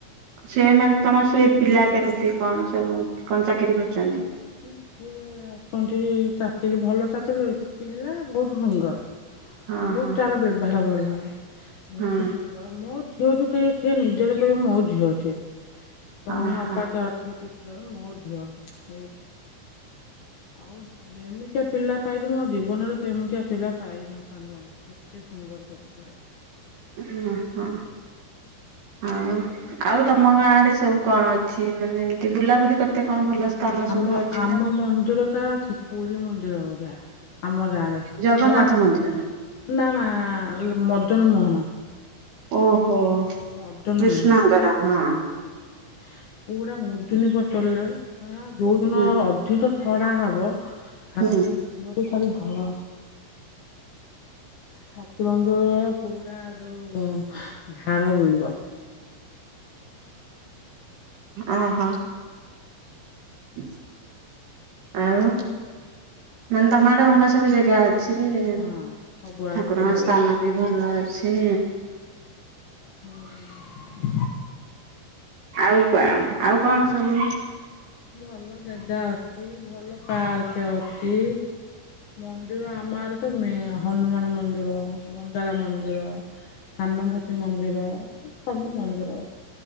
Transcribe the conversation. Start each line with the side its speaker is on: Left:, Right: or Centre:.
Right: ସେମାନେ ତମର ସେ ପିଲା କେମିତି କଣ ସବୁ କଣ ଚାକିରି କରୁଛନ୍ତି।
Left: ଟିକିଏ ଅ ତଣ୍ଟି ତାତିରି ଭଲ ତାତିରି ପିଲା ବହୁତ ସୁନ୍ଦର।
Right: ହଁ
Left: ବହୁତ
Right: ହଁ
Left: ତାର ବ୍ୟବହାର ଭଲ। ବହୁତ
Right: ହଁ
Left: ହ ସୁନ୍ଦର ମୋ ଝିଅ ଠୁ ସିଏ ସେ ନିଜର ତ ମୋ ଝିଅ ସିଏ। ତମେ
Right: ଓହୋ
Left: ଅପା ତା ତିଟ କର ମୋ ଝିଅ ସେ ଆଉ ଯେମିତିଆ ପିଲା ପାଇଛୁ ମୋ ଜୀବନରେ ସେମିତିଆ ପିଲା ପାଇନଥାନ୍ତୁ ଆମେ। ଏତେ ସୁନ୍ଦର ପିଲା ପାଇଛୁ।
Right: ହ ହଁ ହଁ ଆଉ। ଆଉ ତମ ଗାଁ ରେ ସବୁ କଣ ଅଛି ମାନେ ଏମିତି ବୁଲାବୁଲି କରିତେ କଣ ଭଲ? ସ୍ଥାନ
Left: ଆମ
Right: ସବୁ ଅଛି
Left: ଆମ
Right: ନା?
Left: ମନ୍ଦିର ତ ଅ ପୁରୀ ମନ୍ଦିର ଭଳିଆ ଆମ ମୋ
Right: ଜଗନ୍ନାଥ
Left: ବାପ
Right: ମନ୍ଦିର। ନା
Left: ନା ନା ମଦନ ମୋହନ।
Right: ଓହୋ।
Left: ମଦନ
Right: କୃଷ୍ଣଙ୍କର
Left: ମୋହାନ
Right: ହଁ
Left: ହଁ ହଁ। ପୁରା ମୁଦୁନୀ ପଚଲଲେ ଯୋଉଦିନ
Right: ହୁଁ
Left: ଏଠି ତ ଛଡ଼ା ହବ ଛାତୁ
Right: ହୁଁ
Left: ନ ଦୁଅରୁୁ ଖାଲି ଧ। ଠାକୁରଙ୍କ ଦୟାରୁ ପୁରା ଯୋଉ ଝାଡ ବୋଇବ।
Right: ଓ ହୋ। ହ ଆଉ ମାନେ ତମ ଆଡେ ଭଲ ସବୁ ଜାଗା ଅଛି। ଅଛି
Left: ହଁ ସବୁଆଡେ
Right: ଠାକୁରଙ୍କ
Left: ଭଲ
Right: ସ୍ଥାନ ବି ଭଲ ଅଛି।
Left: ହୁଁ।
Right: ଆଉ କଣ ଆଉ କଣ ସବୁ
Left: ଭଲ ଜାଗା ଅଛି ଭଲ ପାର୍କ ଅଛି। ମନ୍ଦିର ଆମ ଆଡେ ତ ମେ ହନୁମାନ ମନ୍ଦିର ମନ୍ଦାର ମନ୍ଦିର ଥାନପତି ମନ୍ଦିର ସବୁ ମନ୍ଦିର ଅଛି।